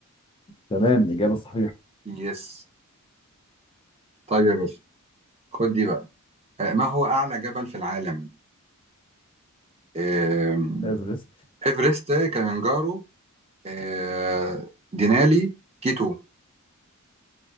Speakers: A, on the left (about 25°); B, on the right (about 30°).
A: تمام إجابة صحيحة
B: يس طيب يا باشا خد دي بقى آه، ما هو أعلى جبل في العالم؟ آم،
A: إيفرست
B: إيفرست كليمنجارو آه، دينالي كيتو